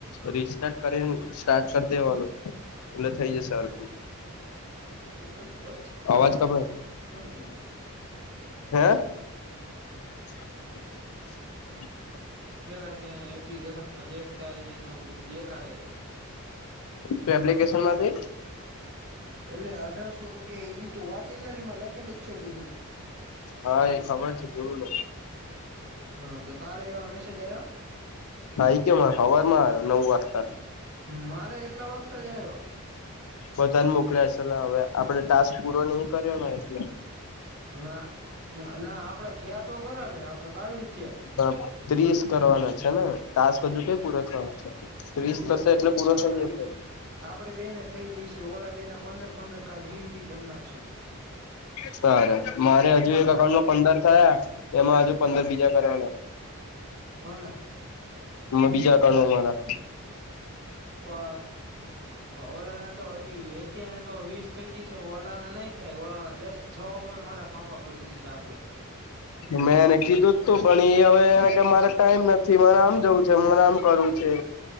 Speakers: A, on the left; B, on the right.
A: રિસ્ટાર્ટ કરી સ્ટાર્ટ કરી દેવાનું એટલે થઈ જશે સરખું.
B: <unintelligible> <inaudible>
A: અવાજ
B: બીજું
A: કપાય છે,
B: નથી
A: હે <unintelligible> <inaudible>
B: કેળા છે, અને એપ્લિકેશનમાં ચેક થાય છે, અને ઉપર દેખાડે છે.
A: તે એપ્લિકેશન માંથી,
B: એટલે અઢારસો રૂપિયા એતું વાંચેલ ને એમાં લખેલું જ છે, બધું
A: હા એ ખબર છે, જોયું તો
B: હાતો તારે એવા મેસેજ આવ્યા.
A: હઈ કે હવામાં આવ્યો નવ વાગતા,
B: મારે એટલા વખતે જ આવ્યો-
A: બધાને મોકલ્યા છેલે હવે આપડણે ટાસ્ક પૂરો નઈ કર્યો એટલે-
B: ના ના આપડે છયા તો ખરા લે આપડે બાવીસ છેયા-
A: હ ત્રીસ કરવાનો છે ને તાસ બધું ક પૂરો થવા છે. ત્રીસ
B: એતો
A: થશે
B: થઈ
A: એટલે
B: જઈ
A: પૂરો
B: છે, આપડે
A: થઈ
B: બે
A: જશે
B: આપડે બેને જ. થઈ જઈ છે, ઓલા બે ના પંદર પંદર કાવી વીવી કર નાખશું.
A: સર મારે હજુ એક
B: ઓલા
A: અકાઉન્ટમાં પંદર થયા એમાં હજુ પંદર બીજા, પરાણે.
B: કોણ.
A: બીજા કાનુંન અમારા,
B: પઓ ઓરાના. તો હજી અત્યારેને તો વીસ થઈ જઈ છે, ઓલાણા નહીં થાય ઓલા દસ થવામાં મારા ફાફા. આ પડી જઈશે આપડે,
A: મેં એને કીધું જતું પણ એ હવેને કે મારે ટાઈમ નથી, મને આમ જવું છે, મને આમ કરવું છે.